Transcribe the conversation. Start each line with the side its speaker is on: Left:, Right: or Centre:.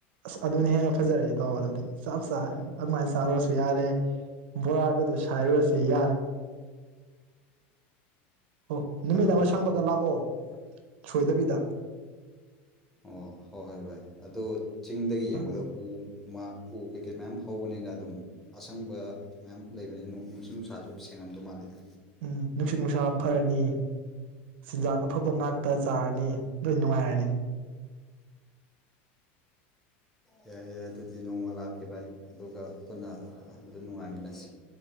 Right: ꯑꯁ ꯑꯗꯨꯅ ꯍꯦꯟꯅ ꯐꯖꯔꯛꯑꯦ ꯇꯥꯎꯑꯣ ꯑꯗꯨꯗꯤ ꯆꯞ ꯆꯥꯔꯦ ꯑꯗꯨꯃꯥꯏꯅ ꯆꯥꯔꯨꯔꯁꯨ ꯌꯥꯔꯦ ꯕꯣꯔꯥꯒꯗꯨ ꯁꯥꯏꯔꯨꯔꯁꯨ ꯌꯥꯔꯦ ꯑꯣ ꯅꯨꯃꯤꯠ
Centre: ꯑꯗꯣ
Right: ꯑꯃ ꯁꯪꯕꯒ ꯂꯥꯛꯑꯣ ꯁꯣꯏꯗꯕꯤꯗ
Centre: ꯑꯣ ꯍꯣꯏ ꯍꯣꯏ ꯚꯥꯏ ꯑꯣ ꯆꯤꯡꯗꯒꯤ ꯌꯦꯡꯕꯗ
Right: ꯑꯥ
Centre: ꯎ ꯎ ꯀꯩ ꯀꯩ ꯃꯌꯥꯝ ꯍꯧꯕꯅꯤꯅ ꯑꯗꯨꯝ ꯑꯁꯪꯕ ꯃꯌꯥꯝ ꯂꯩꯕꯅꯤꯅ ꯅꯨꯡꯁꯨꯠ ꯅꯨꯡꯁꯥꯁꯨ ꯁꯦꯡꯉꯝꯗꯧ ꯃꯥꯜꯂꯤꯗ
Right: ꯎꯝ ꯅꯨꯡꯁꯤꯠ ꯅꯨꯡꯁꯥ ꯐꯔꯅꯤ ꯆꯤꯟꯖꯥꯛ ꯑꯐꯕ ꯉꯥꯛꯇ ꯆꯥꯔꯅꯤ ꯂꯣꯏ ꯅꯨꯡꯉꯥꯏꯔꯅꯤ
Centre: ꯌꯥꯏ ꯌꯥꯏ ꯑꯗꯨꯗꯤ ꯅꯣꯡꯃ ꯂꯥꯛꯀ ꯚꯥꯏ ꯑꯗꯨꯒ ꯄꯨꯟꯅ ꯑꯗꯨ ꯅꯨꯡꯉꯥꯏꯃꯤꯟꯅꯁꯤ